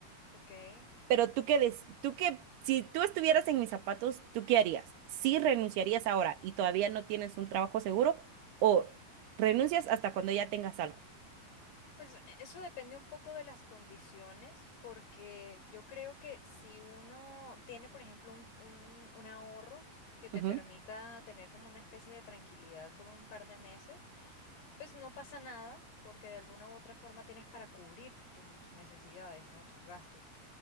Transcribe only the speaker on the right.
Pero tú qué des- tú qué, si tú estuvieras en mis zapatos, ¿tú qué harías? ¿Sí renunciarías ahora y todavía no tienes un trabajo seguro o renuncias hasta cuando ya tengas algo?
Ujú,